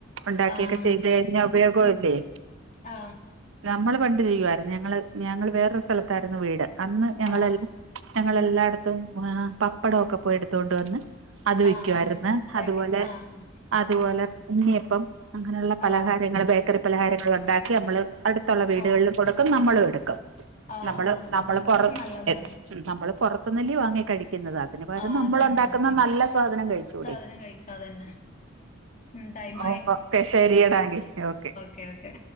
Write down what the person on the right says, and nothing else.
ഉണ്ടാക്കിയൊക്കെ
ചെയ്ത ഴിഞ്ഞാ ഉപയോഗവല്ലേ?
നമ്മള് പണ്ട് ചെയ്യുവായിരുന്നു ഞങ്ങള് ഞങ്ങള് വേറൊരു സ്ഥലത്തായിരുന്നു വീട് അന്ന് ഞങ്ങളെല്ലാം
എല്ലായിടത്തും പപ്പാടൊക്കെ പോയി എടുതൊണ്ടുവന്നു അത് വിക്കുവായിരുന്നേ
അതുപോലെ
അതുപോലെ ഉണ്ണിയപ്പം അങ്ങനെയുള്ള പലഹാരങ്ങൾ
ബേക്കറി പലഹാരങ്ങളു
ണ്ടാക്കി നമ്മള് അടുതൊള്ള ള്ള വീടുകളിലും
കൊടുക്കും നമ്മലോടുക്കും
നമ്മള്
നമ്മള് പുറ
നമ്മള് പൊറത്തുന്നല്ലേ വാങ്ങി കഴിക്കുന്നത്. അതിന് പരം
നമ്മളുണ്ടാകുന്ന
നല്ല സാധനം കഴിച്ചൂടെ?
ഓ ഓക്കെ ശെരിടാ ങ്കി ഒക്കെ